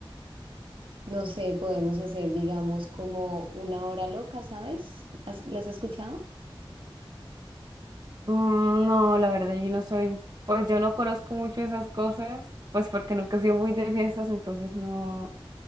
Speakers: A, on the right (about 70°); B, on the right (about 45°).
A: no sé, podemos hacer, digamos, como una hora loca, ¿sabes? ¿Has- ¿Las has escuchado?
B: mm, no, la verdad yo no soy, pues yo no conozco mucho esas cosas, pues porque nunca he sido muy de fiestas, entonces no,